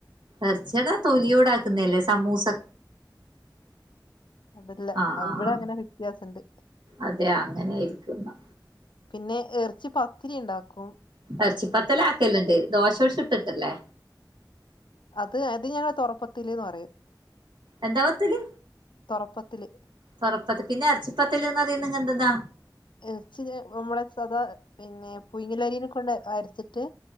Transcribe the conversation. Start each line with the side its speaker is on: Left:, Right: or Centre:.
Right: എറച്ചിടെ തൊലിയോടാക്കുന്നല്ലേ സമൂസ
Left: അതല്ലേ
Right: ആഹ് ആഹ്
Left: ഇവിടെ അങ്ങനെ വിത്യാസം ഉണ്ട്
Right: അതെ അങ്ങനെയായിരിക്കുയെന്നാ
Left: പിന്നെ എറച്ചി പത്തിരി ഒണ്ടാക്കും
Right: എറച്ചിപ്പത്തല ആക്കിയലെന്ത് ദോശ ചുട്ടിട്ടല്ലേ
Left: അത് അത് ഞങ്ങടെ തെറപ്പത്തില് പറയും
Right: എന്താ പത്തല്
Left: തൊറപ്പത്തില്
Right: തെറപ്പത്ത് പിന്നെ എറച്ചിപ്പത്തല് എന്ന് പറയുന്നത് എന്താ
Left: എറച്ചി നമ്മള് സദാ പിന്നെ പുയിങ്ങലരി കൊണ്ട് അരച്ചിട്ട്